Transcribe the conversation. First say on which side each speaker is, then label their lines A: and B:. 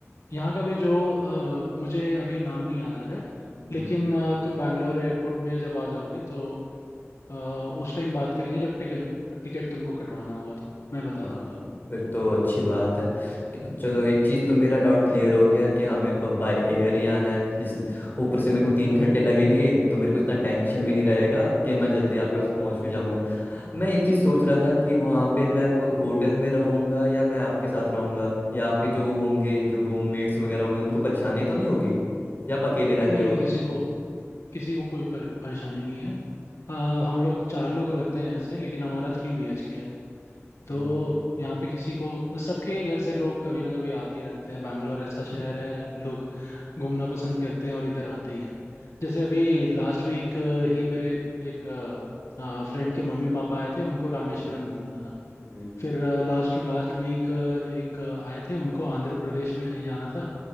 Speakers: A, on the left; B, on the left.
A: यहाँ का भी जो अ, मुझे अभी नाम नहीं याद आ रहा है
B: हम्म।
A: लेकिन अ, तुम बैंगलोर एयरपोर्ट में जब आ जाओगे तो अ, उस टाइम बात करेंगे जब टिकट टिकट तुमको कटवाना होगा तो मैं बता
B: हाँ
A: दूंगा
B: फिर तो अच्छी बात है क्या- चलो एक चीज़ तो मेरा डाउट क्लियर हो गया कि हाँ मेरे को अब बाय एयर ही आना है जिस ऊपर से मेरे को तीन घंटे लगेंगे तो मेरे को इतना टेंशन भी नहीं रहेगा कि मैं जल्दी आपके पास पहुंच भी जाऊंगा मैं एक चीज़ सोच रहा
A: हम्म।
B: था कि वहाँ पे मैं अब होटल में रहूंगा या मैं आपके साथ रहूंगा या आपके जो होंगे जो रूममेट्स वगैरह होंगे उनको परेशानी तो नहीं होगी या आप अकेले रहते
A: नहीं
B: हो
A: नहीं किसी को किसी को कोई पर, परेशानी नहीं है अ, हम लोग चार लोग रहते हैं ऐसे लेकिन हमारा थ्री बीएचके है तो
B: वो-
A: यहाँ पे किसी को सबके घर से लोग कभी ना कभी आते ही रहते हैं बैंगलोर ऐसा शहर है लोग घूमना पसंद करते हैं और इधर आते ही हैं जैसे अभी लास्ट वीक ही मेरे एक फ्रेंड के मम्मी पापा आए थे उनको रामेश्वरम
B: हम्म,
A: घूमना था
B: हम्म,
A: फिर लास्ट टू लास्ट वीक एक अ, आए थे उनको आंध्र प्रदेश में कहीं जाना था